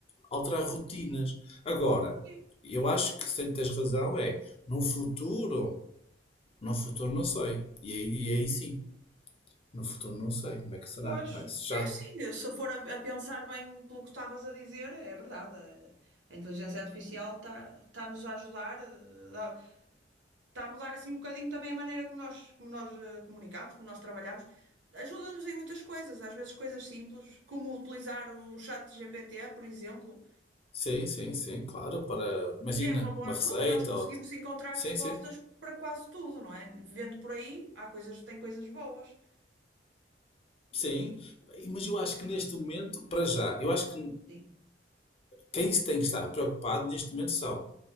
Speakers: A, on the left (about 30°); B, on the right (about 85°).
A: alterar rotinas. Agora,
B: Sim,
A: eu acho que se tens razão, é no futuro, no futuro não sei. E aí, e aí sim, no futuro não sei como é que será,
B: Pois,
A: não é? Se já.
B: É sim. se for a, a pensar bem pelo que estavas a dizer, é verdade. A, a inteligência artificial está-nos a ajudar, está a mudar assim um bocadinho também a maneira como nós, como nós eh, comunicamos, como nós trabalhamos. Ajuda-nos em muitas coisas, às vezes coisas simples, como utilizar o chat GPT, por exemplo.
A: Sim, sim, sim, claro, para, imagina,
B: É, é uma boa
A: uma
B: ajuda,
A: receita,
B: nós conseguimos
A: ou,
B: encontrar
A: sim,
B: respostas
A: sim,
B: para quase tudo, não é? Vendo por aí, há coisas, tem coisas boas.
A: sim, E- mas eu acho que neste momento, para já, eu acho que
B: Sim,
A: Quem se tem que estar preocupado neste momento são